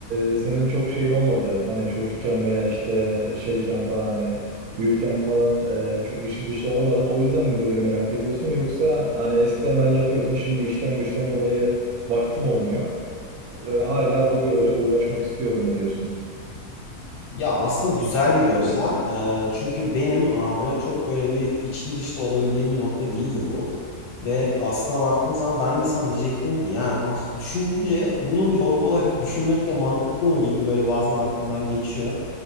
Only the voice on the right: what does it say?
e, senin çok şeyin olmadı. Hani çocukken veya işte şeyken falan hani büyürken falan e, çok işi dışı olamadın. O yüzden mi böyle merak ediyorsun yoksa hani eskiden ben yapıyordum şimdi işten güçten dolayı vaktim olmuyor e, hala hobi olarak uğraşmak istiyorum mu diyorsun?